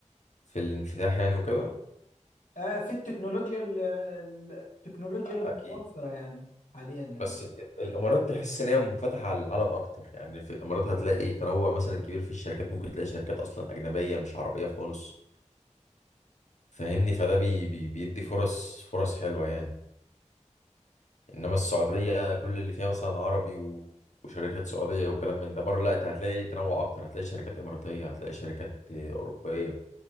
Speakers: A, on the left (about 65°); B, on the left (about 80°).
A: في الانفتاح يعني وكده
B: آه في التكنولوجيا ال- ال- التكنولوجيا المتوفرة
A: أكيد
B: يعني حاليا يعني
A: بس الامارات تحس ان هي منفتحه على العالم اكتر يعني في الامارات هتلاقي تنوع مثلا كبير في الشركات ممكن تلاقي شركات اصلا اجنبيه مش عربيه خالص فاهمني فده بي بي بيدي فرص فرص حلوه يعني انما السعوديه كل اللي فيها مثلا عربي و... وشركات سعوديه وكلام من ده بره لا انت هتلاقي تنوع اكتر هتلاقي شركات اماراتيه هتلاقي شركات اوروبيه